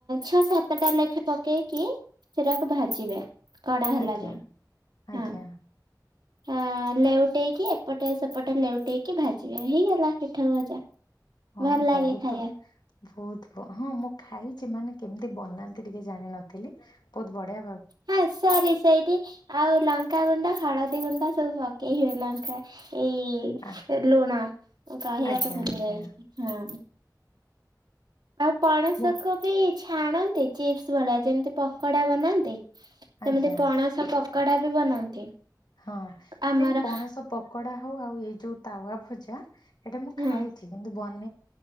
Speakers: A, on the right (about 80°); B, on the left (about 75°).
A: ଛଅ ସାତଟା ଲେଖା ପକେଇକି ତାକୁ ଭାଜିବେ କଡା ହେଲା
B: ଆଜ୍ଞା
A: ଯାଏ
B: ଆଜ୍ଞା।
A: ହଁ। ହ ଲେଉଟେଇକି ଏପଟେ ସେପଟେ ଲେଉଟେଇକି ଭାଜିବେ ହେଇଗଲା ପିଠଉ ଭଜା।
B: ହଁ
A: ଭଲ
B: ବହୁତ
A: ଲାଗେ ଖାଇବା
B: ବହୁତ ହଁ ମୁଁ। ଖାଇଚି ମାନେ କେମିତି ବନାନ୍ତି ଟିକେ ଜାଣିିନଥିଲି ବୋହୁତ ବଢ଼ିଆ
A: ହଁ ସରି ସେଇଠି ଆଉ ଲଙ୍କାଗୁଣ୍ଡ ହଳ ଦି ଗୁଣ୍ଡା ସବୁ ପକେଇ ହେ ଲଙ୍କା। ଏଇ
B: ଆ-
A: ଲୁଣ ଉଁ କହିବାକୁ
B: ଆଜ୍ଞା
A: ଭୁଲି
B: ଆଜ୍ଞା।
A: ଯାଇଥି ହଁ। ଆଉ ପଣସକୁ
B: ବହୁ-
A: ବି ଛାଣନ୍ତି ଚିପ୍ସ୍ ଭଳିଆ ଯେମିତି ପକଡ଼ା ବନାନ୍ତି। ସେମିତି
B: ଆଜ୍ଞା
A: ପଣସ ପକଡ଼ା ବି ବନାନ୍ତି।
B: ହଁ
A: ଆମର
B: ସେଇ ପଣସ ପକଡ଼ା ହଉ ଆଉ ଏଇ ଯୋଉ ତାୱା ଭଜା ହେଟା ମୁଁ
A: ହୁଁ
B: ଖାଇଚି କିନ୍ତୁ ବ